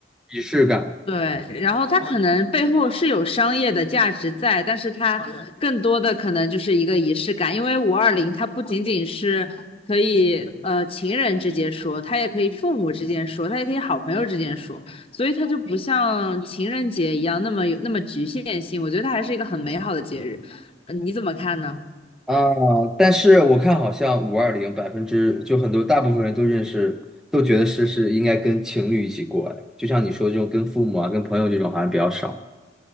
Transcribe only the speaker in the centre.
仪式感。
啊，但是我看好像五二零百分之就很多大部分人都认识，都觉得是是应该跟情侣一起过，哎，就像你说的这种跟父母啊、跟朋友这种好像比较少。